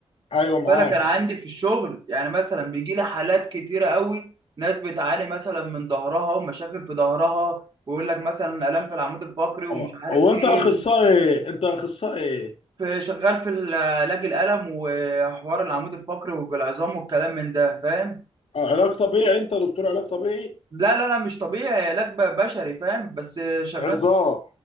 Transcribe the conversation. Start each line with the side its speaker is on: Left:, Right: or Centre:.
Left: ايوه معاك
Right: فانا كان عندي في الشغل يعني مثلا بيجي لي حالات كتيره قوي ناس بتعاني مثلا من ظهرها ومشاكل في ظهرها ويقول لك مثلا الام في العمود الفقري ومش
Left: اه
Right: عارف
Left: هو
Right: ايه
Left: انت اخصائي انت اخصائي
Right: في شغال في علاج الالم وحوار العمود الفقري والعظام والكلام من ده فاهم
Left: اه علاج طبيعي انت دكتور علاج طبيعي
Right: لا لا لا مش طبيعي علاج ب- بشري فاهم بس شغال
Left: عظام